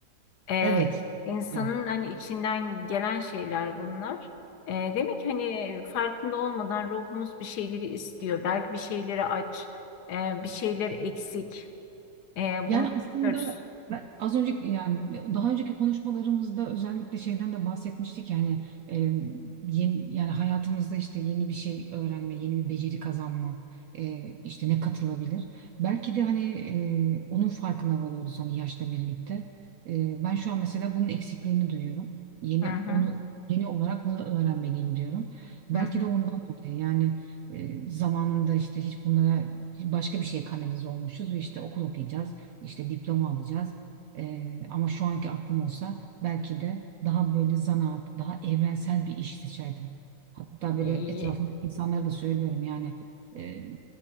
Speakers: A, on the left; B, on the right.
A: E,
B: Evet.
A: insanın
B: Evet.
A: hani içinden gelen şeyler bunlar. E, demek ki hani farkında olmadan ruhumuz bir şeyleri istiyor. Belki bir şeyleri aç, e, bir şeyler eksik. E,
B: Yani
A: bunu bilmiyoruz.
B: aslında ben az önceki yani daha önceki konuşmalarımızda özellikle şeyden de bahsetmiştik yani e, yeni, yani hayatımızda işte yeni bir şey öğrenme, yeni bir beceri kazanma e, işte ne katılabilir? Belki de hani e, onun farkına varıyoruz hani yaşla birlikte. E, ben şu an mesela bunun eksikliğini duyuyorum. Yeni
A: Hı hı,
B: onu yeni olarak bunu öğrenmeliyim diyorum. Belki
A: hı
B: de ondan dolayı yani e, zamanında işte hiç bunlara başka bir şeye kanalize olmuşuz ve işte okul okuyacağız işte diploma alacağız. Ee, ama şu anki aklım olsa belki de daha böyle zanaat, daha evrensel bir iş seçerdim. Hatta böyle
A: hı.
B: etrafımdaki insanlara da söylüyorum yani e,